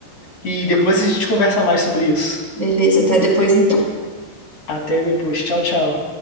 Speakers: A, on the left; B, on the right.
A: E depois a gente conversa mais sobre isso.
B: beleza, até depois então.
A: Até depois. Tchau, tchau.